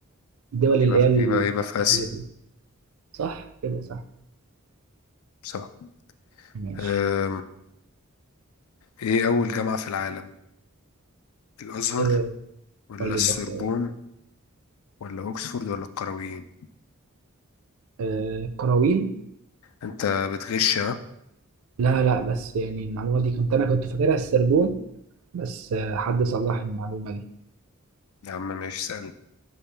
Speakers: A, on the right (about 70°); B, on the left (about 75°).
A: الدول اللي
B: يبقى
A: هي
B: يبقى يبقى في
A: الكتير
B: آسيا
A: دي صح كده صح
B: صح
A: ماشي
B: أم، ايه أول جامعة في العالم الأزهر
A: آه،
B: ولا
A: قول لي
B: السوربون
A: الاختيار
B: ولا أوكسفورد ولا القرويين
A: آه، القراويل
B: انت بتغش ها
A: لا لا بس يعني المعلومة دي كنت انا كنت فاكرها السربون بس آه، حد صلح لي المعلومة دي
B: يا عم ماشي اسأل